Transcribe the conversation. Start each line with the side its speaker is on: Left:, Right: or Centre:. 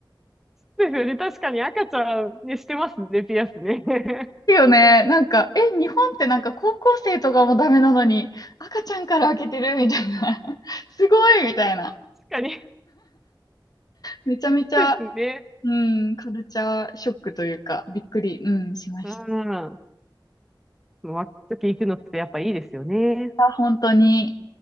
Centre: そうですよね。確かに赤ちゃんね、してますね、ピアスね。<laughs>
Left: るよね。なんか、え、日本ってなんか高校生とかもダメなのに、赤ちゃんから開けてるみたいな。<laughs> すごいみたいな。
Centre: 確かに。
Left: めちゃめちゃ、
Centre: そうですね。
Left: うん、カルチャーショックというか、びっくり、うん、しました。
Centre: うん。若い時行くのってやっぱいいですよね。
Left: 本当に。